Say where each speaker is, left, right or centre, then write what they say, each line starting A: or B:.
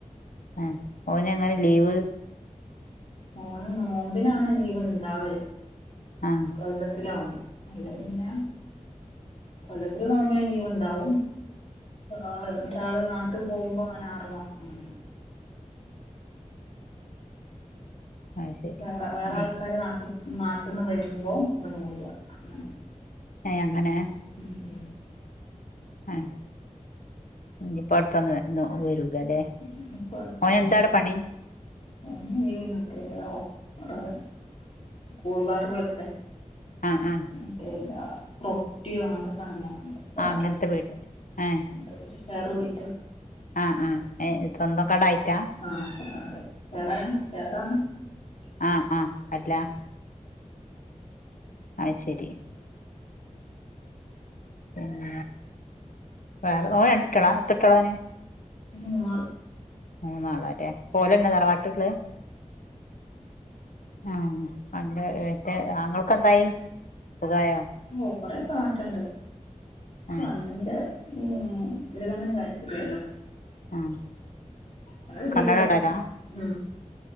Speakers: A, on the left (about 85°); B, on the left (about 50°).
A: ആ ഓനങ്ങനെ ലീവ്?
B: ഓന് നോമ്പിനാണ് ലീവ് ഇണ്ടാവല്
A: ആ
B: കൊല്ലത്തിലാവുമ്പോ. അല്ലങ്കിപിന്നെ കൊല്ലത്തില് നോമ്പി ന് ലീവ് ഉണ്ടാവും. ആ ഒരാള് നാട്ടി പോകുമ്പോ ഓന് ആ റ് മാസത്തിനു അങ്ങനെ വരും.
A: അത് ശരി
B: വേറെ വേറെ
A: ആ
B: ആൾക്കാര് നാട്ടിൽ നാട്ടിന്ന് വരുമ്പോ ഇബന് ഇങ്ങട്ട് പോരാ ങ്ങനെ.
A: ഏ അങ്ങനെ?
B: ഉം ഉം.
A: ആ ഇനിപ്പ അടുത്തൊന്നു വരൂലല്ലേ?
B: ഞ്ഞിപ്പൊ അടുത്ത
A: ഓന് എന്താ അവിടെ പണി
B: <unintelligible> <unintelligible> കൂൾബാർപോൽത്തെ?
A: അഹ് ആ.
B: മറ്റേ ഇല്ല റൊട്ടി <unintelligible> നങ്ങളൊക്കെ ണ്ട് പൊറാട്ട
A: ആ അങ്ങനത്തെ വീട് ഏ
B: <unintelligible> വേറെ ഉരീറ്റോ
A: ആ ആ എ സ്വന്ത കടായിറ്റാ
B: ആ വേറെ വേറെന്നു
A: ആ ആഅല്ല ആ യ്ശരി പിന്ന വേറെ ഓന് രണ്ട്ട്ടൊളാഎത്ര ട്ടൊളാഓന്
B: മൂ <unintelligible>
A: മൂന്നാളാല്ലേ ഓലെന്നെ തറവാട്ട്ല്ലേ <unintelligible> ആ അന്റെ മറ്റേആങ്ങൾക്ക്ന്തായി സുഖായോ
B: ഓ കൊറ മാറ്റണ്ട് കണ്ണിന്റെ
A: ഉം
B: ഉ ഒര് കണ്ണിന് കാഴ്ച്ചഇല്ല്യല്ലോ
A: ആഹ്
B: മഴപെയ്യുല്ലഉം
A: കണ്ണട ഇടലാ
B: <inaudible>